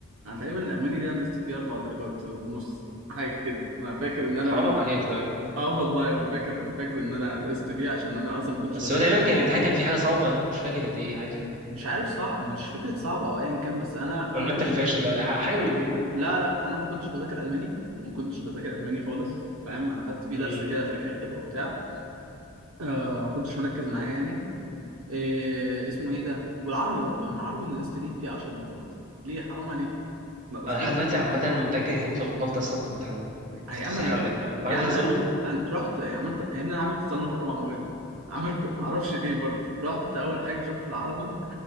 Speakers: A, on the right (about 75°); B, on the right (about 35°).
A: انا تقريبا الالماني ده نقصت فيه اربع درجات ونص حاجه كده انا فاكر ان انا
B: حرام
A: ال-
B: عليك طيب
A: اه والله انا فاكر فاكر ان انا نقصت فيه عشان انا اصلا ما كنتش
B: بس
A: بذاكر
B: هو تقريبا
A: الماني
B: كان الامتحان كان فيه حاجه صعبه أنا مش فاكر كانت ايه حاجه كده
A: مش عارف صعب مش فكره صعب او ايا كان بس انا
B: ولا
A: انا ما
B: انت
A: كنتش
B: اللي فاشل حاجه من الاثنين يعني
A: لا لا انا ما كنتش بذاكر الماني ما كنتش بذاكر الماني خالص فاهم انا خدت فيه
B: امم
A: درس كده في الاخر وبتاع آه ما كنتش مركز معاه يعني إيه اسمه ايه ده والعربي برضو انا العربي نقصت ليه فيه 10 درجات ليه حرام عليك نقصتوني
B: انا لحد دلوقتي عامه متاكد ان كان في غلطه اصلا في الامتحان ده في
A: يا
B: التصحيح
A: عم انا
B: عندك يعني انت عملت
A: يا عم
B: تظلم
A: أنا رحت يا عم انت- يا ابني انا عملت تسلم في اربع مواد عملت <laughs> ما اعرفش ليه برضه رحت اول حاجه شفت العربي